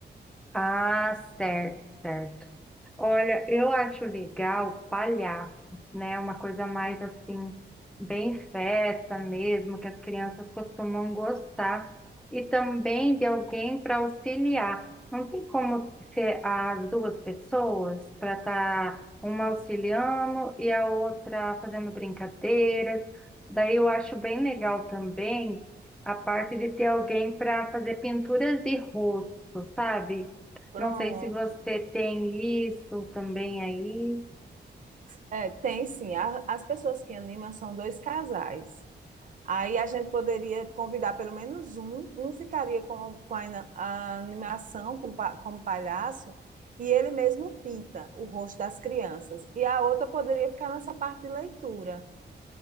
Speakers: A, in the centre; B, on the right.
A: Ah, certo, certo. Olha, eu acho legal palhaço, né? Uma coisa mais assim, bem festa mesmo, que as crianças costumam gostar. E também de alguém para auxiliar. Não tem como ser as duas pessoas para estar uma auxiliando e a outra fazendo brincadeiras. Daí eu acho bem legal também a parte de ter alguém para fazer pinturas de rosto, sabe?
B: Pronto.
A: Não sei se você tem isso também aí.
B: É, tem sim. A- as pessoas que animam são dois casais. Aí a gente poderia convidar pelo menos um, um ficaria com, com a, ina- a animação, com, pa- como palhaço, e ele mesmo pinta o rosto das crianças. E a outra poderia ficar nessa parte de leitura.